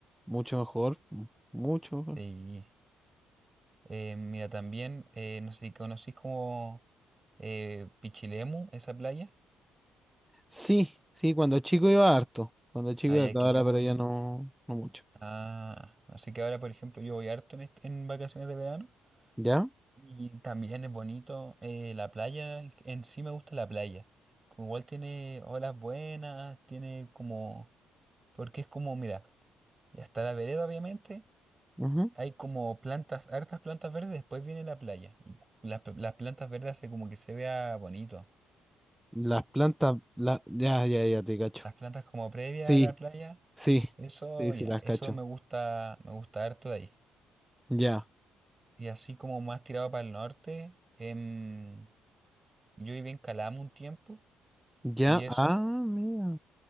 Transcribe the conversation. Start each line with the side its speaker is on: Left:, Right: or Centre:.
Centre: Mucho mejor, mu- mucho mejor.
Right: Y eh, mira, también, eh, no sé si conocís como eh, Pichilemu, esa playa.
Centre: Sí, sí, cuando chico iba harto, cuando chico
Right: Allá
Centre: iba harto,
Right: que
Centre: ahora
Right: yo
Centre: pero
Right: voy,
Centre: ya no, no mucho.
Right: ah, así que ahora por ejemplo yo voy harto en, est- en vacaciones de verano.
Centre: ¿Ya?
Right: Y también es bonito eh, la playa, en sí me gusta la playa. Como igual tiene olas buenas, tiene como, porque es como, mira, ya está la vereda obviamente,
Centre: Ujú.
Right: hay como plantas, hartas plantas verdes, después viene la playa. Y las, p- las plantas verdes hace como que se vea bonito.
Centre: Las plantas, la... ya, ya, ya, te cacho.
Right: Las plantas como previa
Centre: Sí,
Right: a la playa,
Centre: sí,
Right: eso
Centre: sí,
Right: ya,
Centre: sí, las
Right: eso
Centre: cacho.
Right: me gusta, me gusta harto de ahí.
Centre: Ya,
Right: Y así como más tirado para el norte, em, yo viví en Calama un tiempo
Centre: ya,
Right: y eso...
Centre: ah, mira.